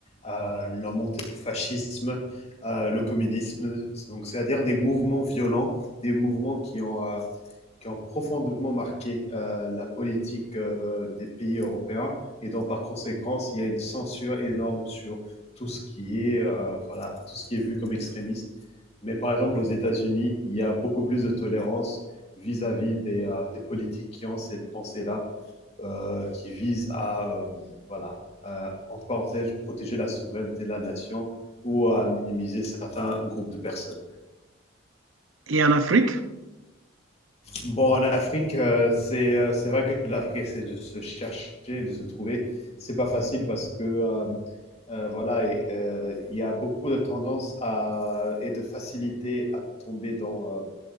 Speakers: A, on the left (about 30°); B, on the right (about 70°).
A: euh, la montée du fascisme, euh, le communisme, donc c'est-à-dire des mouvements violents des mouvements qui ont, euh, qui ont profondément marqué euh, la politique euh, des pays européens. Et donc, par conséquent, il y a une censure énorme sur tout ce qui est, euh, voilà, tout ce qui est vu comme extrémiste. Mais par exemple, aux États-Unis, il y a beaucoup plus de tolérance vis-à-vis -vis des, euh, des, politiques qui ont cette pensée-là, euh, qui vise à, euh, voilà, à, en parenthèse, protéger la souveraineté de la nation ou à minimiser certains groupes de personnes.
B: Et en Afrique?
A: Bon, en Afrique, euh, c'est euh, c'est vrai que l'Afrique c'est de se chercher, de se trouver. C'est pas facile parce que euh, euh, voilà, et, euh, il y a beaucoup de tendance à, et de facilité à tomber dans, euh,